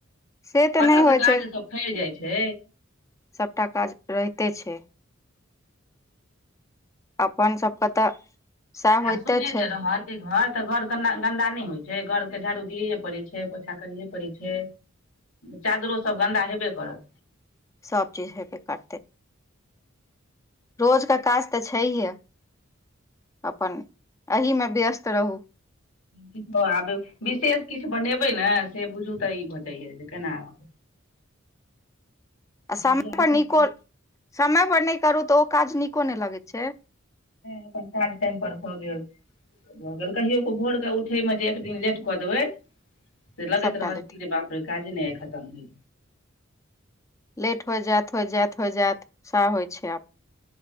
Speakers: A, on the left; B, on the left.
A: से तऽ
B: कतऽ
A: नहि
B: से
A: होइ
B: काज
A: छै
B: सभ फड़ जाइ छै।
A: सभटा काज रहिते छै। अपन सभके तऽ सएह होइते
B: सूने
A: छै
B: ज तहर। घर तऽ घर गन्दा नहि होइ छै, घरके झाड़ू दियए पड़े छै। पोछा करिये पड़ै छै। चादरो सभ गन्दा हेबे करत।
A: सभ चीज हेपे करते रोज का काज तऽ छै हे अपन एहिमे व्यस्त रहू।
B: कि आब विशेष किछु बनेबै ने से बुझू तऽ ई भऽ जाइया केना आब।
A: <inaudible> आ समय
B: इएह
A: पर
B: सब
A: नीको
B: काज
A: समय पर नहि करू तऽ ओ काज नीको नहि लगैत छै।
B: अपन चार टाइम पर भऽ गेल। भऽ गेल कहियो कऽ भोरके उठैमे जे एक दिन लेट कऽ देबै। से लगैत
A: सभटा
B: रहल
A: लेट
B: कजे बाप रे काजे नहि आइ खतम होइ।
A: लेट हो जायइत हो जायइत हो जायइत सह होइ छै आब।